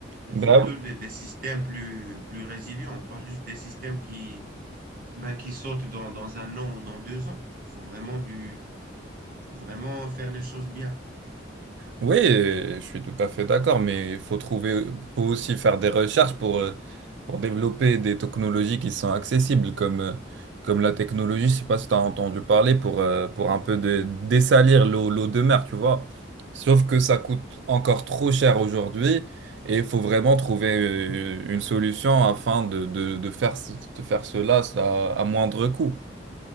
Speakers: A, on the right (about 45°); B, on the right (about 65°).
A: Et
B: Bah
A: surtout des, des systèmes plus, plus résilients, pas juste des systèmes qui, ben, qui sautent dans, dans un an ou dans deux ans. Faut vraiment du, faut vraiment faire les choses bien.
B: Oui, euh, je suis tout à fait d'accord, mais il faut trouver, faut aussi faire des recherches pour, euh, pour développer des technologies qui sont accessibles, comme, euh, comme la technologie, je sais pas si tu as entendu parler, pour, euh, pour un peu de, dessalir l'eau, l'eau de mer, tu vois. Sauf que ça coûte encore trop cher aujourd'hui et il faut vraiment trouver euh, une solution afin de, de, de faire, ce- de faire cela à à moindre coût.